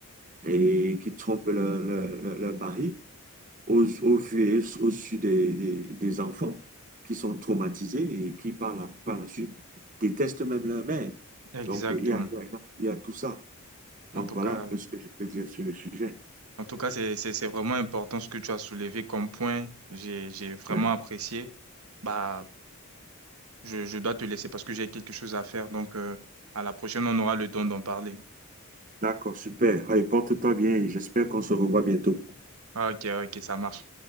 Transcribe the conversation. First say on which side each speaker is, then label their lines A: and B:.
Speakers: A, on the right; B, on the right.
A: et qui trompent leur, leur, leur- leur mari au, au vu et au su des, des, des enfants qui sont traumatisés et qui, par la, par la suite, détestent même leur mère.
B: Exactement.
A: Donc, il y a, il y a, il y a il y a tout ça. Donc,
B: En tout
A: voilà
B: cas,
A: un peu ce que je peux dire sur le sujet.
B: en tout cas, c'est, c'est, c'est vraiment important ce que tu as soulevé comme point. J'ai, j'ai vraiment
A: Ouais.
B: apprécié. Bah, je, je dois te laisser parce que j'ai quelque chose à faire. Donc, euh, à la prochaine, on aura le temps d'en parler.
A: D'accord, super. Allez, porte-toi bien et j'espère qu'on se revoit bientôt.
B: Ok, ok, ça marche.